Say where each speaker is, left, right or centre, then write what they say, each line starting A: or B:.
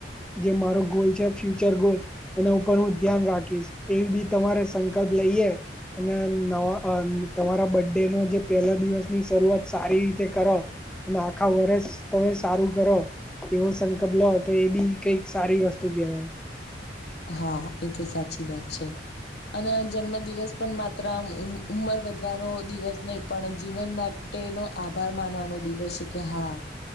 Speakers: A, in the centre; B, on the left.
A: જે મારો ગોલ છે, ફ્યુચર ગોલ એના ઉપર હું ધ્યાન રાખીશ એવી બી તમારે સંકલ્પ લઈએ. અને નવા તમારા બર્ ડે નો જે પહેલા દિવસની શરૂઆત સારી રીતે કરો અને આખા વર્ષ તમે સારું કરો એવો સંકલ્પ લો તો એ બી કઈક સારી વસ્તુ કેહેવાય.
B: હા એ તો સાચી વાત છે. અને જન્મ દિવસ પણ માત્ર ઉંમર વધવાનો દિવસ નહી પણ જીવનમાં તેનો આભાર માનવાનો દિવસ છે કે હા.